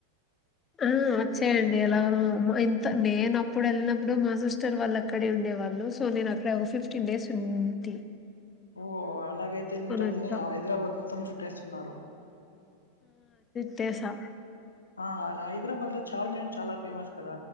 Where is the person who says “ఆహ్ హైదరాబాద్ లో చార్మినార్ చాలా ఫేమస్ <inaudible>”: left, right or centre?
Left